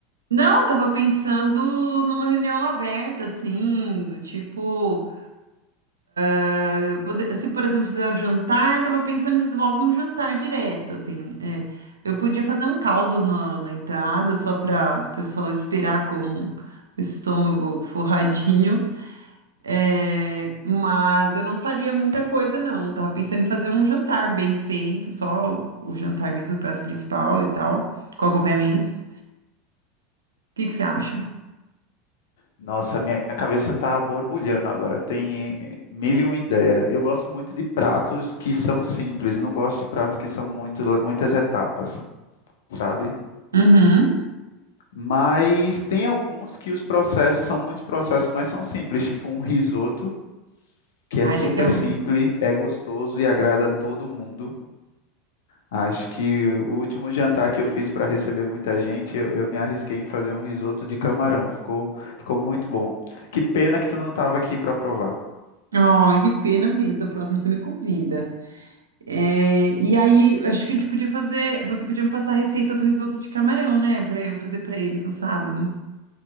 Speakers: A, on the right (about 75°); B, on the left (about 60°).
A: Não, tava pensando numa reunião aberta, assim, do tipo, eh, pode- se por exemplo fizer um jantar, tava pensando em fazer logo um jantar direto, assim. é. Eu podia fazer um caldo na, na entrada, só para o pessoal esperar com o estômago forradinho. É, mas eu não faria muita coisa, não. Eu Tava pensando em fazer um jantar bem feito, só o jantar mesmo, o prato principal e tal, com acompanhamentos. O que que você acha?
B: Nossa, minha cabeça está borbulhando agora. Tem eh, mil e uma ideia. Eu gosto muito de pratos que são simples. Não gosto de pratos que são muito, muitas etapas, sabe?
A: Uhum.
B: Mas tem alguns que os processos são muitos processos, mas são simples. Tipo um risoto, que é
A: Ai,
B: super
A: legal.
B: simples, é gostoso e agrada a todo mundo Acho que o último jantar que eu fiz para receber muita gente, eu, eu me arrisquei em fazer um risoto de camarão. Ficou, ficou muito bom. Que pena que tu não estava aqui para provar.
A: Ai, que pena mesmo. Da próxima você me convida. É, e aí, acho que a gente podia fazer. Você podia me passar a receita do risoto de camarão, né? Pra eu fazer pra eles no sábado.